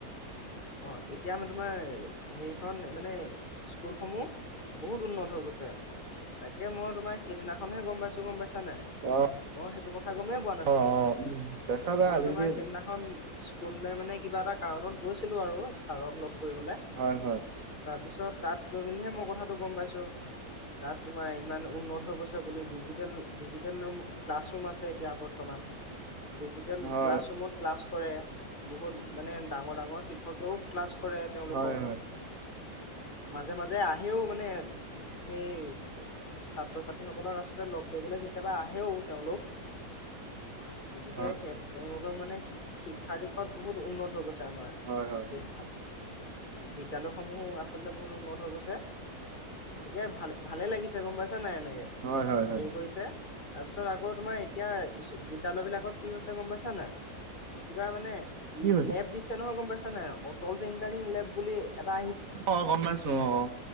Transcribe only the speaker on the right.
অ।
অ অ দেখা যায়
আজিকালি
হয় হয়
হয়
হয়
হয়।
হয় হয়
হয় হয় হয়।
কি হৈছে?
অ', গম পাইছো অ'।